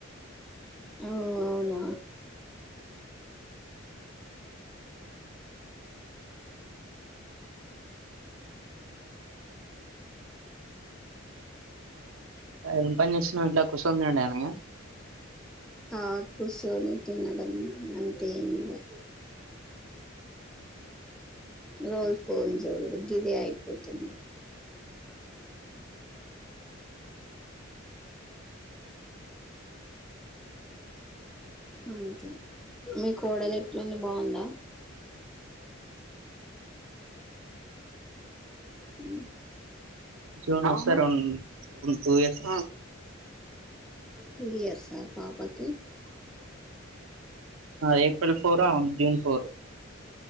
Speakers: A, in the centre; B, on the right.
A: ఓ అవునా
B: అ పని చేస్తునావు ఇంట్లో కుస్ తినడానికి
A: ఆ కూర్చొని తినడం అంతే ఇంకా రోల్ ఫోన్ చేయరు గిదే అయిపోతుంది అంతే మీ కోడలు ఎట్లాంది బాగుందా ఉ
B: జన్ సార్న్న్ టూ ఇయర్స్
A: టూ ఇయర్సా పాపకి
B: ఏప్రిల్ పో జూన్ పో